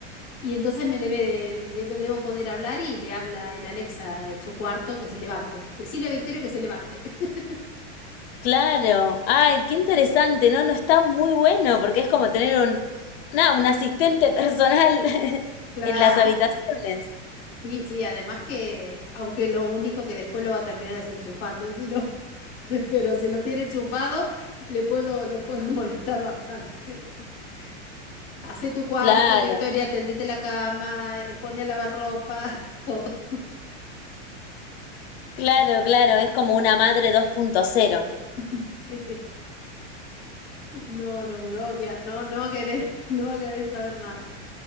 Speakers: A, on the left (about 40°); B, on the left (about 55°).
A: y entonces me debe de- le- debo poder hablar y le habla el Alexa en su cuarto que se levante. Decile a Victoria que se levante. <laughs>
B: Claro. Ay, qué interesante. No, no está muy bueno porque es como tener un, nada, un asistente personal <laughs>
A: Claro.
B: en las habitaciones.
A: Sí, sí, además que, aunque lo único que después lo va a terminar desenchufando, si no- <laughs> pero si lo tiene enchufado, le puedo, lo puedo molestar bastante. <laughs> Hace tu cuarto,
B: Claro.
A: Victoria, tendete la cama, eh, pone a lavar ropa, <laughs> todo.
B: Claro, claro, es como una madre dos punto cero.
A: <laughs> Sí. No, no me va a odiar, no, no va a querer, <laughs> no va a querer saber nada.